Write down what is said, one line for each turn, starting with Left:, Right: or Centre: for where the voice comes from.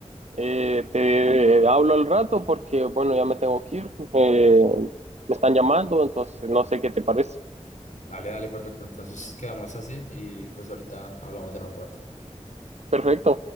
Right: eh, te hablo al rato porque, bueno, ya me tengo que ir. Eh, me están llamando, entonces no sé qué te parece.
Left: Dale, dale, perfecto. Entonces quedamos así y pues ahorita hablamos en un rato.
Right: Perfecto.